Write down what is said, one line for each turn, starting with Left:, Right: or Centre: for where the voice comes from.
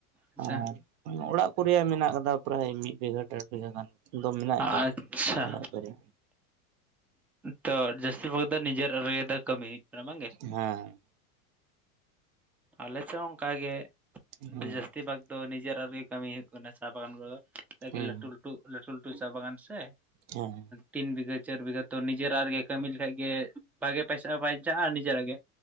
Centre: ᱟᱪᱪᱷᱟ
Right: ᱟᱨ ᱚᱲᱟᱜ ᱠᱚᱨᱮᱭᱟ ᱢᱮᱱᱟᱜ ᱟᱠᱟᱫᱟ, ᱯᱨᱟᱭ ᱢᱤᱜ ᱵᱤᱜᱷᱟᱹ ᱰᱮᱲ ᱵᱤᱜᱟᱹ ᱜᱟᱱ᱾ ᱫᱚ ᱢᱮᱱᱟᱜ ᱜᱮᱭᱟ
Centre: ᱟᱪᱪᱷᱟ
Right: ᱚᱲᱟᱜ ᱠᱚᱨᱮ,
Centre: ᱛᱚ ᱡᱟᱹᱥᱛᱤ ᱵᱟ. ᱛ ᱫᱚ ᱱᱤᱡᱮᱨᱟᱜ <inaudible> ᱠᱟᱹᱢᱤ ᱦᱳᱭᱳᱜ ᱠᱟᱱᱟ ᱵᱟᱝ ᱜᱮ?
Right: ᱦᱮᱸ
Centre: ᱟᱞᱮ ᱥᱮ ᱦᱚᱸ ᱚᱝᱠᱟ ᱜᱮ
Right: ᱦᱮᱸ
Centre: ᱡᱟᱹᱥᱛᱤ ᱵᱟᱜ ᱫᱚ ᱱᱤᱡᱮᱨᱟᱜ ᱨᱮᱜᱮ ᱠᱟᱹᱢᱤ ᱦᱩᱭᱩᱜ ᱠᱟᱱᱟ, ᱪᱟ ᱵᱟᱜᱟᱱ ᱠᱚᱫᱚ ᱪᱟᱠᱤ
Right: ᱦᱮᱸ
Centre: ᱞᱟᱴᱩ ᱞᱟᱴᱩ ᱞᱟᱹᱴᱩ ᱞᱟᱹᱴᱩ ᱪᱟ ᱵᱟᱜᱟᱱ ᱥᱮ᱾
Right: ᱦᱮᱸ
Centre: ᱛᱤᱱ ᱵᱤᱜᱟᱹ ᱪᱟᱹᱨ ᱵᱤᱜᱟᱹ ᱛᱚ ᱱᱤᱡᱮᱨᱟᱜ ᱨᱮᱜᱮ ᱠᱟᱹᱢᱤ ᱞᱮᱠᱷᱟᱡ ᱜᱮ ᱵᱷᱟᱜᱮ ᱯᱟᱭᱥᱟ ᱵᱟᱧᱪᱟᱜᱼᱟ, ᱱᱤᱡᱮᱨᱟᱜ ᱜᱮ